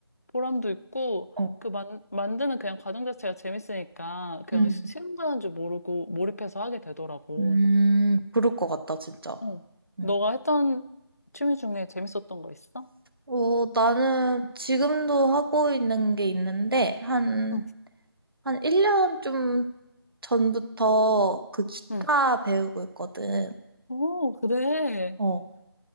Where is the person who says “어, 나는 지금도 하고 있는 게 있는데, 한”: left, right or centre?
Right